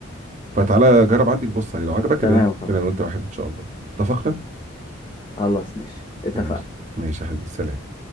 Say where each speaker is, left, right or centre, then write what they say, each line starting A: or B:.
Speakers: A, on the right; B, on the left.
A: فتعالى جرب عندك بص عليه لو عجبك
B: تمام
A: يبقى ننزل
B: خلاص
A: نشتري انا وانت واحد ان شاء الله اتفقنا
B: خلاص ماشي اتفقنا
A: تمام ماشي يا حبيبي سلام